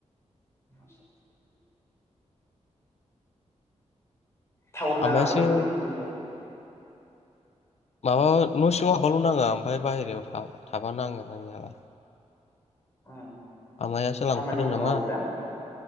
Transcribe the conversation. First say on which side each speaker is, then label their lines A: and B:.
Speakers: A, on the left (about 20°); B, on the left (about 65°).
A: <unintelligible> टावार नाङाबालाय
B: आमायासो
A: बोरै मोनगोन दे?
B: माबा न' सिङाव हाबबाल नाङा ओमफाय बाहेरायाव थाबा थाबा नाङो नांनायालाय।
A: उम
B: आमायासो
A: खामानिफोर
B: लांफादों नामा
A: मावोदां